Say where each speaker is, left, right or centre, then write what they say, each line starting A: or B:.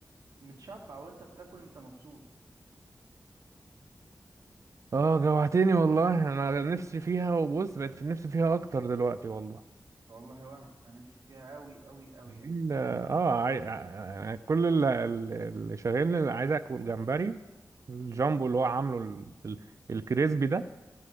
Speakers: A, on the right; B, on the right.
A: متشبع وانت بتاكل انت مبسوط
B: اه جوعتني والله انا نفسي فيها وبص بقت في نفسي فيها اكتر دلوقتي والله
A: والله وانا انا نفسي فيها قوي قوي قوي
B: ال-
A: يعني
B: اه عاي... آه، يعني كل اللي, اللي شاغلني اللي عايز اكل جمبري الجامبو اللي هو عامله ال... ال... الكريسبي ده